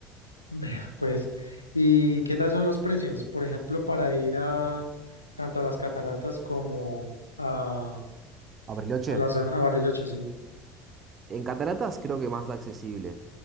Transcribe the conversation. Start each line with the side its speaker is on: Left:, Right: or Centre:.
Left: vea pues. ¿Y qué tal son los precios? Por ejemplo, para ir a tanto a las cataratas como a,
Right: Bariloche,
Left: a la zona, a Bariloche, sí.
Right: en cataratas creo que más accesible.